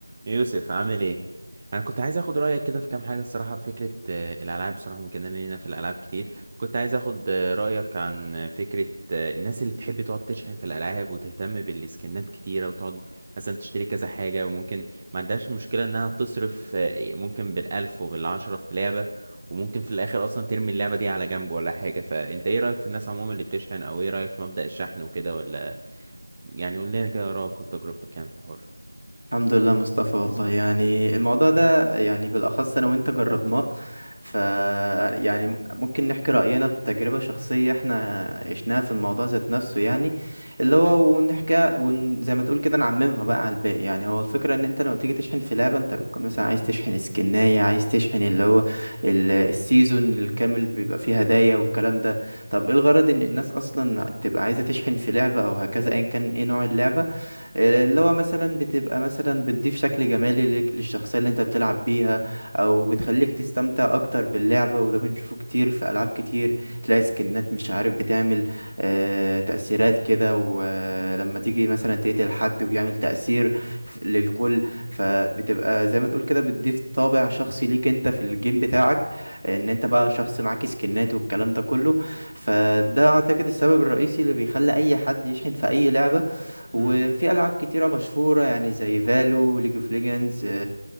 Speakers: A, on the right; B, on the right.
A: يوسف عامل ايه انا كنت عايز اخد رايك كده في كام حاجه الصراحه في فكره آه، الالعاب الصراحه ممكن لينا في الالعاب كتير كنت عايز اخد آه، رايك عن آه، فكره آه، الناس اللي بتحب تقعد تشحن في الالعاب وتهتم بالسكنات كتيره وتقعد مثلا تشتري كذا حاجه وممكن ما عندهاش مشكله انها تصرف آه، ممكن بالالف وبالعشره في لعبه وممكن في الاخر اصلا ترمي اللعبه دي على جنب ولا حاجه فانت ايه رايك في الناس عموما اللي بتشحن او ايه رايك في مبدأ الشحن وكده ولا يعني قول لنا كده رايك وتجربتك يعني في الحوار
B: الحمد لله مصطفى والله يعني الموضوع ده يعني بالأخص أنا وأنت جربناه ف يعني م- ممكن نحكي رأينا بتجربة شخصية احنا عشناها في الموضوع ذات نفسه يعني اللي هو ونحكي ون... زي ما تقول كده نعممها بقى على الباقي يعني هو الفكرة إن أنت لما تيجي تشحن في لعبة أنت بتكون مثلا عايز تشحن سكناية عايز تشحن اللي هو ال- السيزون الكامل بيبقى فيه هدايا والكلام ده طب إيه الغرض إن الناس أصلا بتبقى عايزة تشحن في لعبة أو هكذا أيا كان إيه نوع اللعبة اللي هو مثلا بتبقى مثلا بتضيف شكل جمالي ليك- للشخصية اللي انت بتلعب بيها او بتخليك تستمتع اكتر باللعبة وده بنشوفه كتير في العاب كتير تلاقي سكنات مش عارف بتعمل آه، تأثيرات كده ولما تيجي مثلا تقتل حد وبيعمل تأثير ف- للكل فبتبقى زي ما تقول كده بتضيف طابع شخصي ليك انت في الجيم بتاعك ان انت بقى شخص معاك سكنات والكلام ده كله فده اعتقد السبب الرئيسي اللي بيخلي اي حد يشحن في اي لعبة وفي
A: امم
B: العاب كتيره مشهوره يعني زي فالو ليج اوف ليجندز